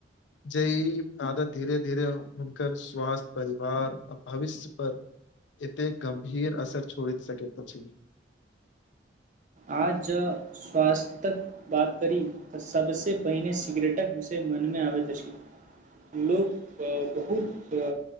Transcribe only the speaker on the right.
आज स्वास्थक बात करी तऽ सबसे पहिने सिगरेटक विषय मन मे आबै त अछी लोक क बहुत क